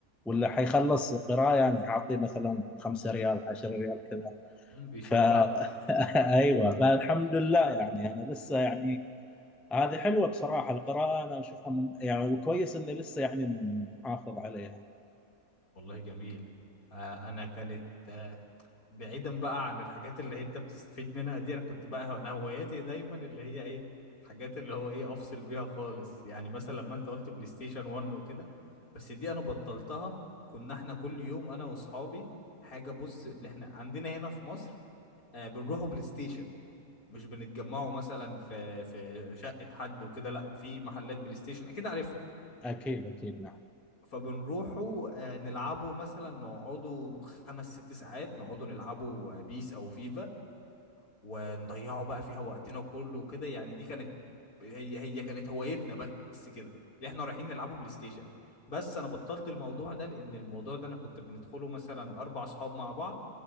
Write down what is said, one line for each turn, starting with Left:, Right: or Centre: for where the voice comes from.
Centre: ولا حيخلص قرايه انا حاعطيه مثلا 5 ريال 10 ريال كذا
Left: مم، بيشجعكم
Centre: ف <laughs> ايوه فالحمد لله يعني انا لسه يعني هذه حلوه بصراحه القراءه انا اشوفها من يعني وكويس اني لسه يعني محافظ عليها
Left: والله جميل آه انا كانت آه بعيدا بقى عن الحاجات اللي هي انت بتستفيد منها دي انا كنت بقى انا هواياتي دايما اللي هي ايه حاجات اللي هو ايه افصل بيها خالص يعني مثلا لما انت قلت بلاي ستيشن 1 وكده بس دي انا بطلتها كنا احنا كل يوم انا واصحابي حاجه بص اللي احنا عندنا هنا في مصر آه بنروحوا بلاي ستيشن مش بنتجمعوا مثلا في في شقة حد وكده لا في محلات بلاي ستيشن اكيد عارفها
Centre: اكيد اكيد نعم
Left: فبنروحوا آه، نلعبوا مثلا نقعدوا خمس ست ساعات نقعدوا نلعبوا بيس او فيفا ونضيعوا بقى فيها وقتنا كله وكده يعني دي كانت هي هي كانت هوايتنا بس كده اللي احنا رايحين نلعبوا بلاي ستيشن بس انا بطلت الموضوع ده لان الموضوع ده انا كنت بندخله مثلا اربع اصحاب مع بعض